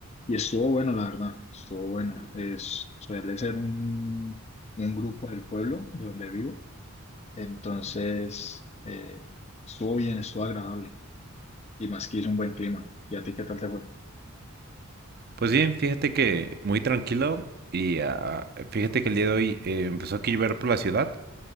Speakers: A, on the left (about 30°); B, on the right (about 45°).
A: Y estuvo bueno, la verdad, estuvo bueno. Es, suele ser un, un grupo del pueblo de donde vivo. Entonces, eh, estuvo bien, estuvo agradable. Y más que hizo un buen clima. ¿Y a ti qué tal te fue?
B: Pues bien, fíjate que muy tranquilo y ah, fíjate que el día de hoy eh, empezó a llover por la ciudad.